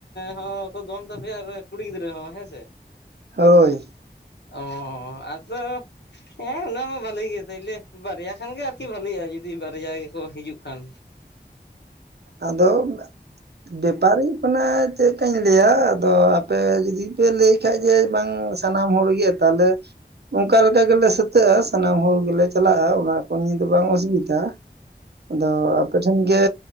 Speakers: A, on the left; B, on the right.
A: ᱦᱚᱸ ᱠᱚ ᱫᱚᱱ ᱛᱟᱯᱮᱭᱟ ᱟᱨ ᱠᱩᱲᱤ ᱜᱤᱫᱽᱨᱟᱹ ᱦᱚᱸ ᱦᱮᱸ ᱥᱮ?
B: ᱦᱳᱭ
A: ᱚᱸᱻ ᱟᱫᱚ ᱦᱮᱸᱻ ᱚᱱᱟ ᱢᱟ ᱵᱷᱟᱹᱞᱤ ᱜᱮᱭᱟ ᱛᱟᱦᱚᱞᱮ ᱵᱟᱨᱭᱟ ᱠᱷᱟᱱ ᱜᱮ ᱟᱨᱠᱤ ᱵᱷᱟᱹᱞᱤᱜᱼᱟ ᱡᱩᱫᱤ ᱵᱟᱨᱭᱟ ᱜᱮᱠᱚ ᱦᱤᱡᱩᱜ ᱠᱷᱟᱱ
B: ᱟᱫᱚ ᱵᱮᱯᱟᱨ ᱦᱩᱭᱩᱜ ᱠᱟᱱᱟ ᱪᱮᱫᱠᱟᱹᱧ ᱞᱟᱹᱭᱟ ᱟᱫᱚ ᱟᱯᱮ ᱡᱩᱫᱤ ᱯᱮ ᱞᱟᱹᱭ ᱠᱷᱟᱡ ᱡᱮ ᱵᱟᱝᱼᱼ ᱥᱟᱱᱟᱢ ᱦᱚᱲ ᱜᱮ ᱛᱟᱞᱮ ᱚᱱᱠᱟ ᱞᱮᱠᱟ ᱜᱮᱞᱮ ᱥᱟᱹᱛᱟᱹᱜᱼᱟ ᱥᱟᱱᱟᱢ ᱦᱚᱲ ᱜᱮᱞᱮ ᱪᱟᱞᱟᱜᱼᱟ ᱚᱱᱟ ᱠᱚ ᱱᱤᱭᱟᱹ ᱫᱚ ᱵᱟᱝ ᱚᱥᱩᱵᱤᱫᱟᱜᱼᱟ᱾ ᱟᱫᱚ ᱟᱯᱮ ᱴᱷᱮᱱ ᱜᱮ